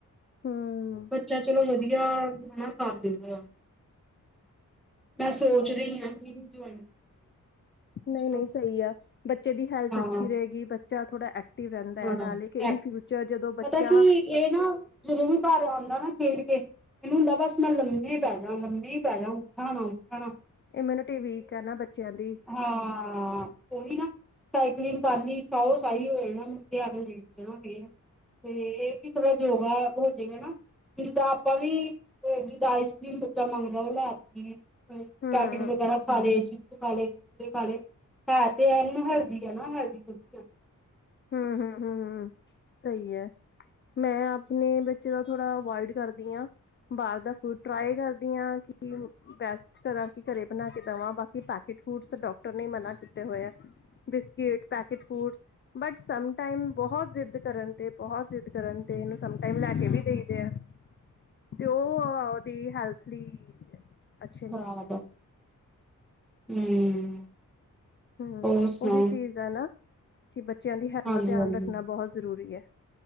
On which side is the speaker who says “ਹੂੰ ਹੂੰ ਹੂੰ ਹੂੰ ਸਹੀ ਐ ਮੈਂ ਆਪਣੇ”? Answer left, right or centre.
Left